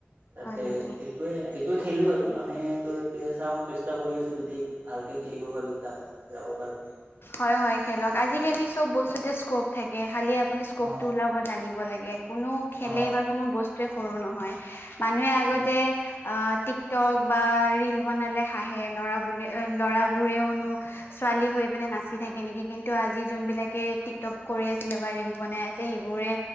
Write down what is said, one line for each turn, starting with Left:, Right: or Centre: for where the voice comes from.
Right: তাতে।
Left: হয় নেকি?
Right: এইটোয়ে এইটো খেলো আৰু আমি ত এতিয়া চাওঁ চেষ্টা কৰি আছো, যদি ভালকে খেলিব পাৰো যাব যাব পাৰো।
Left: হয় হয় খেলক, আজিকালি চব বস্তুতে স্কপ থাকে খালি আপুনি স্কপটো
Right: অ
Left: ওলাব। জানিব লাগে, কোনো খেলেই
Right: অ
Left: বা কোনো বস্তুৱেই সৰু নহয়। মানুহে আগতে
Right: অ
Left: আ টিকটক বা ৰিল বনালে হাহে ল'ৰাবোলে ল'ৰাবোৰেও নো ছোৱালী হৈ পিনে নাচি থাকে নেকি কিন্তু আজি যোনবিলাকে টিকটক কৰি আছিলে বা ৰিল বনাই সেইবোৰে